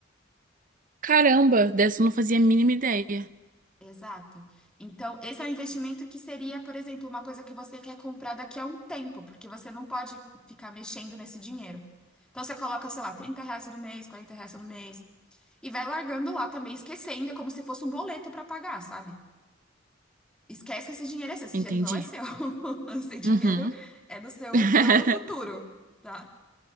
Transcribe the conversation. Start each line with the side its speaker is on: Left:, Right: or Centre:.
Right: Caramba, dessa eu não fazia a mínima ideia.
Centre: Exato. Então, esse é um investimento que seria, por exemplo, uma coisa que você quer comprar daqui a um tempo, porque você não pode ficar mexendo nesse dinheiro. Então, você coloca, sei lá, 30 reais todo mês, 40 reais todo mês, e vai largando lá também, esquecendo, é como se fosse um boleto para pagar, sabe? Esquece que esse dinheiro é seu, esse
Right: Entendi.
Centre: dinheiro não é seu. <laughs> Esse dinheiro
Right: Uhum.
Centre: é do seu
Right: <laughs>
Centre: eu do futuro, tá?